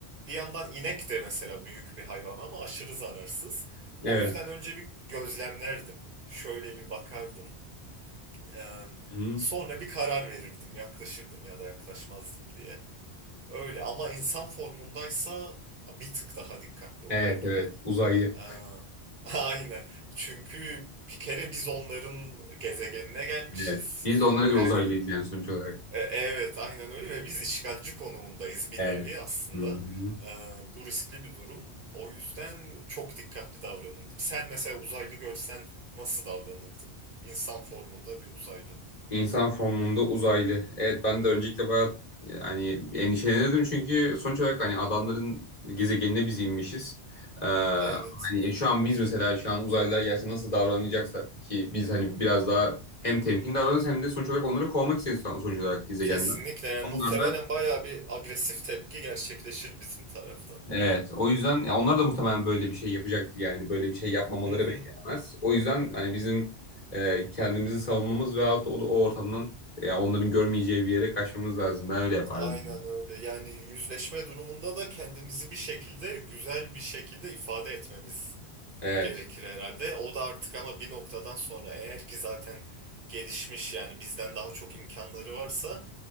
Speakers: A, on the right (about 55°); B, on the left (about 40°).
A: bir yandan inek de mesela büyük bir hayvan ama aşırı zararsız. O
B: Evet.
A: yüzden önce bir gözlemlerdim. Şöyle bir bakardım. Eee,
B: Hı hı.
A: sonra bir karar verirdim. Yaklaşırdım ya da yaklaşmazdım diye. Öyle ama insan formundaysa bir tık daha dikkatli olurdum.
B: Evet evet uzaylı.
A: Eee, <laughs> aynen. Çünkü bir kere biz onların gezegenine gelmişiz.
B: Evet. Biz
A: Bir,
B: de onlara göre
A: yani
B: uzaylıyız yani sonuç olarak.
A: e, Evet, aynen öyle ve biz işgalci konumundayız bir
B: Evet.
A: nevi aslında.
B: Hı hı.
A: E, bu riskli bir durum. O yüzden çok dikkatli davranırdım. Sen mesela uzaylı görsen nasıl davranırdın? İnsan formunda bir uzaylı.
B: İnsan formunda uzaylı. Evet ben de öncelikle bayağı yani endişelenirdim çünkü sonuç olarak hani adamların gezegenine biz inmişiz. Ee, hani
A: Evet,
B: e, şu an biz mesela şu an uzaylılar gelse nasıl davranacaksak ki biz hani biraz daha hem temkin davranırız hem de sonuç olarak onları kovmak istiyoruz sonuç olarak gezegenden.
A: kesinlikle. Yani
B: Onlar
A: muhtemelen
B: da
A: bayağı bir agresif tepki gerçekleşir bizim taraftan.
B: Evet, o yüzden ya onlar da muhtemelen böyle bir şey yapacaktır yani böyle bir şey yapmamaları
A: Hı hı.
B: beklenemez. O yüzden hani bizim e, kendimizi savunmamız veyahut da o, o ortamdan ya onların görmeyeceği bir yere kaçmamız lazım. Ben öyle yapardım.
A: Aynen öyle. Yani yüzleşme durumunda da kendimizi bir şekilde güzel bir şekilde ifade etmemiz
B: Evet,
A: gerekir herhalde. O da artık ama bir noktadan sonra eğer ki zaten gelişmiş yani bizden daha çok imkanları varsa